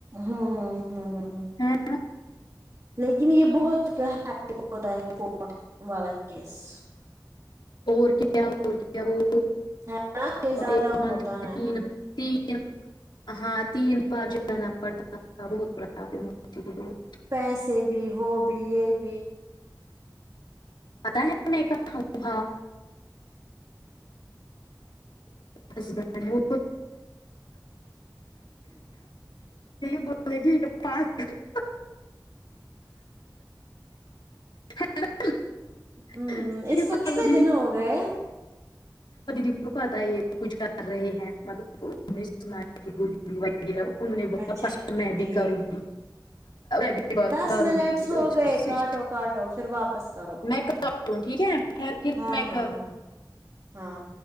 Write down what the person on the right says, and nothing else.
ہوں ہوں
لیکن یہ بہت ہوتا ہے کٹ والا کیس <unintelligible>
ہے نا یہ زیادہ
ہوتا ہے
پیسے بھی وہ بھی یہ بھی
ہوں
اس
کو کتنے
دن ہو گئے
اچھا
ٹھیک
ٹھیک
دس
منٹس
ہو گئے کاٹو کاٹو پھر واپس کرو
ہاں
ہاں
ہاں ہاں